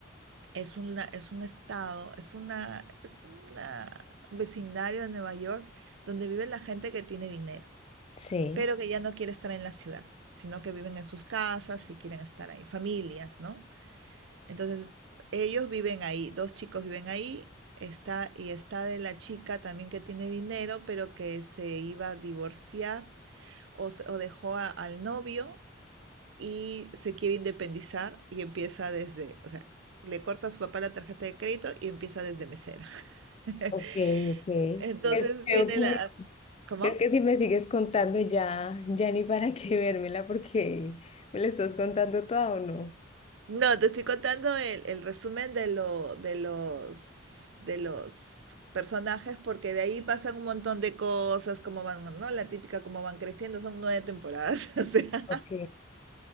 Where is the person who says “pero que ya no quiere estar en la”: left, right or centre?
Right